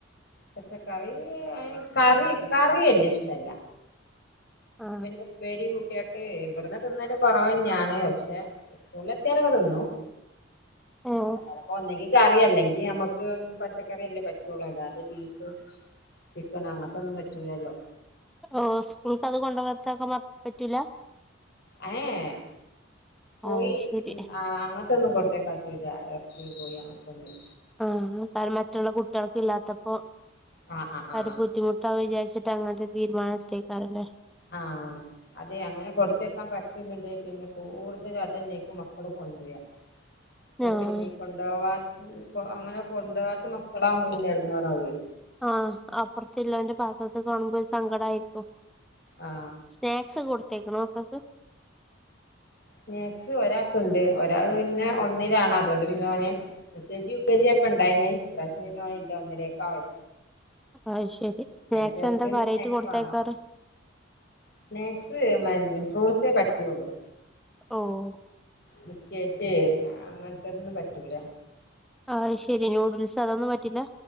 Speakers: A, on the left; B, in the centre.
A: പച്ചക്കറി കറി കറി വെല്ല്യ ഇഷ്ടല്ല
B: ആഹ്
A: പിന്നെ ഉപ്പേരി കൂ ട്ട്യാട്ട് ഇവട്ന്ന് തിന്നല് കാെറവെന്നാണ് പക്ഷെ സ്കൂളിലെത്തിയാലൊക്കെ തിന്നും
B: ആഹ്
A: അല്ലാതെപ്പോ ഒന്നങ്കി കറി അല്ലെങ്കി നമ്മക്ക് പച്ചക്കറി അല്ലേ പറ്റാെള്ളൂ അല്ലാതെ ബീഫ് ചിക്കന് അങ്ങത്താെന്നും പറ്റൂലല്ലോ
B: ആഹ് സ്കൂൾക്ക് അത് കൊണ്ടകാത്താരണം പറ്റൂല
A: ഏഹ്ഹേ കോയി
B: അത് ശരി
A: അങ്ങത്തൊന്നും കൊട്ത്തേക്കാൻ പറ്റൂല്ല ർച്ചീ കോയീ അങ്ങത്തൊന്നെ
B: ആഹ് കാരം മറ്റുള്ള കുട്ട്യാൾക്ക് ഇല്ലാത്തപ്പോ
A: ആ ആ ആ
B: അത് ബുദ്ധിമുട്ടാവും വിചാരിച്ച് ട്ടഅങ്ങൻത്തെ തീര്മാനം ഇട്ത്തേക്കാരല്ലേ
A: ആഹ് അതെ അങ്ങനെ കൊടുത്തേക്കാൻ പറ്റുന്നുണ്ട് പിന്നെ കൂടുതൽ അതന്നെയ്ക്കും മക്കള് കൊണ്ട് ണ്ട്ര്യാ അപ്പ
B: ആഹ്
A: പിന്നെ കൊണ്ടോവാ അങ്ങനെ കൊണ്ടാേവാത്ത മക്കളാവും പിന്നെ എടങ്ങാറാവേ
B: ആഹ് അപ്പറത്ത്ല്ലോന്റെ പാത്രത്ത് കാണുമ്പോ ഒരു സങ്കടംആയിരിക്കും
A: ആ
B: സ്നാക്സ് കൊട്ത്തേക്കണോ മക്കക്ക്
A: സ്നാക്സ് ഒരാൾക്ക്ണ്ട് ഒരാള് പിന്നെ ഒന്നിലാണ് അത് തോണ്ട് പിന്നെ ഓന് L K G U K G ആയപ്പണ്ടായിനിം ഇപ്രാവശ്യം പിന്നോന് ല്ല ഒന്നിലേക്കായി
B: അഹ്ശരി സ്നാക്സ്
A: ചെറുതിന്
B: എന്തൊ കാര്യായ്ട്ട്
A: സ്നാക്സ്
B: കൊടുത്തയക്കാറ്
A: വേണം സ്നാക്സ് മര്ന്നും ഫ്രൂട്ട്സേ പറ്റുള്ളൂ
B: ഓഹ്
A: ബിസ്കേറ്റ് അങ്ങൻതൊന്നും പറ്റൂല
B: ആഹ്ശെരി ന്യൂഡിൽസ് അതൊന്നും പറ്റില്ല